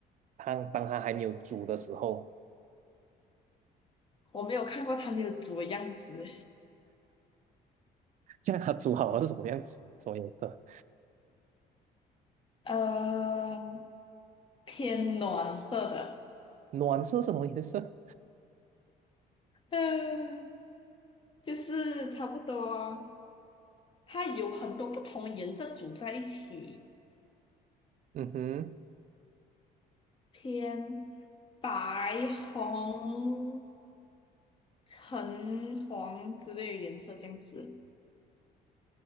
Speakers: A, on the right; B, on the left.
A: 汤当它还没有煮的时候，
B: 我没有看过他们有煮的样子，
A: 这样它煮好了是什么样子？什么颜色？
B: 呃，偏暖色的，
A: 暖色是什么颜色？
B: 嗯、就是差不多，它有很多不同颜色组在一起，
A: 嗯哼
B: 偏白、红、橙、黄之类的颜色这样子。